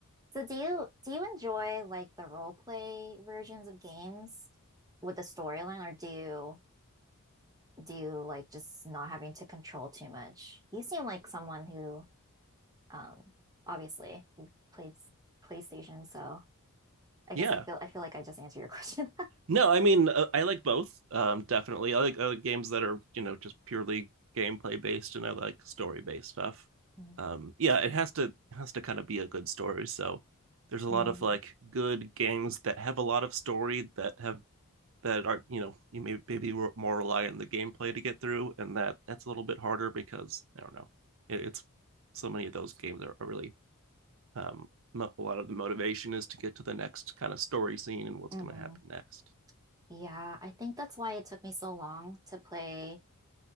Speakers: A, on the right; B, on the right.
A: So do you do you enjoy like the role play versions of games with the storyline, or do you do like just not having to control too much? You seem like someone who, um, obviously you played PlayStation, so I
B: Yeah,
A: guess I feel I feel like I just answered your question.
B: No, I mean uh, I like both. Um, definitely, I like I like games that are you know just purely gameplay based, and I like story based stuff.
A: <laughs>
B: Um, yeah, it has to it has to kind of be a good story. So there's a
A: Mm-hmm.
B: lot of like good games that have a lot of story that have that are you know you may maybe re- more rely on the gameplay to get through, and that that's a little bit harder because I don't know. It, it's so many of those games are, are really um, mo- a lot of the motivation is to get to the next kind of story scene and what's
A: hmm
B: going to happen next.
A: Yeah, I think that's why it took me so long to play,